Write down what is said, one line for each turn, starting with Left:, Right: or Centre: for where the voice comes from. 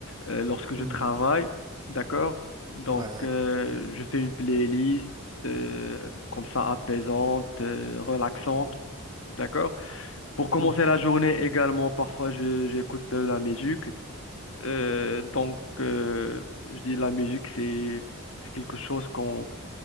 Left: euh, lorsque je
Right: mhm.
Left: travaille, d'accord? Donc,
Right: Ouais, ouais.
Left: euh, je fais une playlist euh, comme ça apaisante, euh, relaxante, d'accord? Pour commencer
Right: Mhm,
Left: la journée également, parfois je- j'écoute de la musique. Euh, donc, euh, je dis la musique, c'est c'est quelque chose qu'on